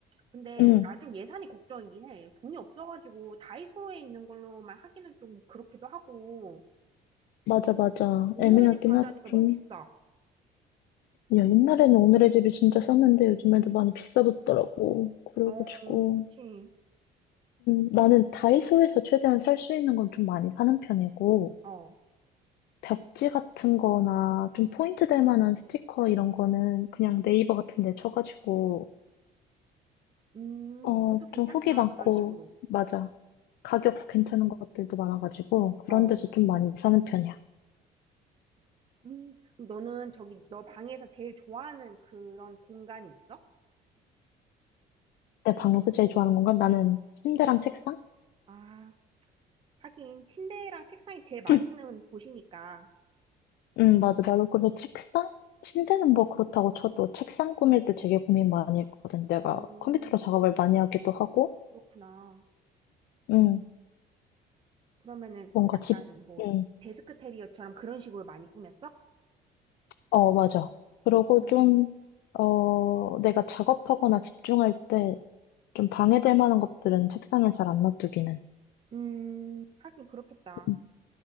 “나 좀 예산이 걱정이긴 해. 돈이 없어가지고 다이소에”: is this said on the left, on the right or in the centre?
Right